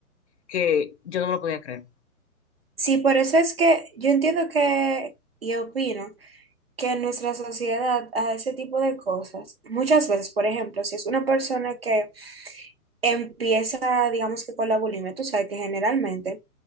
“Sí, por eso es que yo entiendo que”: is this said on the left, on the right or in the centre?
Right